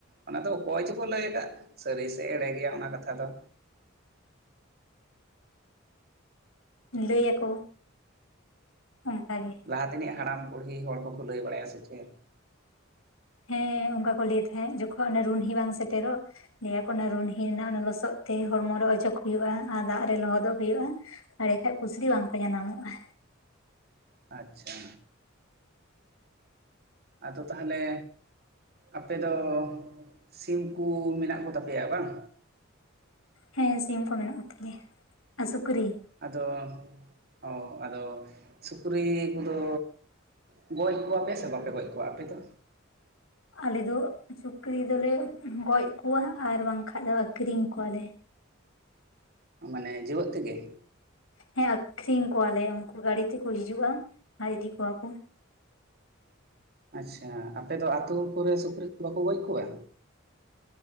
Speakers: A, on the right; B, on the left.
A: ᱚᱱᱟ ᱫᱚ ᱚᱠᱚᱭ ᱪᱚᱠᱚ ᱞᱟᱹᱭ ᱟᱠᱟᱫ᱾ ᱥᱟᱹᱨᱤ ᱥᱮ ᱮᱲᱮ ᱜᱮᱭᱟ ᱚᱱᱟ ᱠᱟᱛᱷᱟ ᱫᱚ᱾
B: ᱞᱟᱹᱭ ᱟᱠᱚ ᱚᱱᱠᱟ ᱜᱮ᱾
A: ᱞᱟᱦᱟ ᱛᱮᱱᱤᱡ ᱦᱟᱲᱟᱢ ᱵᱩᱲᱦᱤ ᱦᱚᱲ ᱠᱚᱠᱚ ᱞᱟᱹᱭ ᱵᱟᱲᱟᱭᱼᱟ ᱥᱮ ᱪᱮᱫ᱾
B: ᱦᱮᱸ, ᱚᱱᱠᱟ ᱠᱚ ᱞᱮᱭ ᱛᱟᱦᱮᱸᱫ ᱾ ᱡᱚᱠᱷᱚᱱ ᱚᱱᱮ ᱨᱩᱱᱦᱤ ᱵᱟᱝ ᱥᱮᱴᱮᱨᱚᱜ ᱞᱮᱭᱟᱠᱚ ᱚᱱᱟ ᱨᱩᱱᱦᱤ ᱨᱮᱱᱟᱜ ᱚᱱᱟ ᱞᱟᱹᱭ ᱟᱠᱚ ᱚᱱᱮ ᱨᱩᱱᱦᱤ ᱨᱮᱱᱟᱜ ᱞᱚᱥᱚᱫ ᱛᱮ ᱦᱚᱲᱢᱚ ᱨᱮ ᱚᱡᱚᱜ ᱦᱩᱭᱩᱜᱼᱟ᱾ ᱟᱨ ᱫᱟᱜ ᱨᱮ ᱞᱚᱦᱚᱫᱚᱜ ᱦᱩᱭᱩᱜᱼᱟ᱾ ᱮᱲᱮ ᱠᱷᱟᱡ ᱯᱩᱥᱨᱤ ᱵᱟᱝ ᱠᱚ ᱡᱟᱱᱟᱢᱚᱜᱼᱟ᱾
A: ᱟᱪᱪᱷᱟ ᱟᱫᱚ ᱛᱟᱦᱚᱞᱮ ᱟᱯᱮ ᱫᱚ ᱥᱤᱢ ᱠᱩ ᱢᱮᱱᱟᱜ ᱠᱚᱛᱟᱯᱮᱭᱟ ᱵᱟᱝ?
B: ᱦᱮᱸ ᱥᱤᱢ ᱠᱚ ᱢᱮᱱᱟᱜ ᱠᱚ ᱛᱟᱞᱮᱭᱟ ᱟᱨ ᱥᱩᱠᱨᱤ,
A: ᱟᱫᱚ ᱚ ᱟᱫᱚ ᱥᱩᱠᱨᱤ ᱠᱚᱫᱚ ᱜᱚᱡ ᱠᱚᱣᱟ‌ ᱯᱮ ᱥᱮ ᱵᱟᱯᱮ ᱜᱚᱡ ᱠᱚᱣᱟ ᱟᱯᱮ ᱫᱚ?
B: ᱟᱞᱮ ᱫᱚ ᱥᱩᱠᱨᱤ ᱫᱚᱞᱮ ᱜᱚᱡ ᱠᱚᱣᱟ ᱦᱟᱜ ᱟᱨ ᱵᱟᱝᱠᱷᱟᱡ ᱫᱚ ᱟᱠᱷᱨᱤᱧ ᱠᱚᱣᱟᱞᱮ
A: ᱢᱟᱱᱮ ᱡᱮᱣᱮᱫ ᱛᱮᱜᱮ
B: ᱦᱮᱸ ᱟᱠᱷᱨᱤᱧ ᱠᱚᱣᱟᱞᱮ ᱩᱱᱠᱩ ᱜᱟᱲᱤ ᱛᱮᱠᱚ ᱦᱤᱡᱩᱜ-ᱟ ᱟᱨ ᱤᱫᱤ ᱠᱚᱣᱟ ᱠᱚ
A: ᱟᱪᱪᱷᱟ ᱟᱯᱮ ᱫᱚ ᱟᱛᱳ ᱠᱚᱨᱮ ᱥᱩᱠᱨᱤ ᱠᱚ ᱵᱟᱠᱚ ᱜᱚᱡ ᱠᱚᱣᱟ?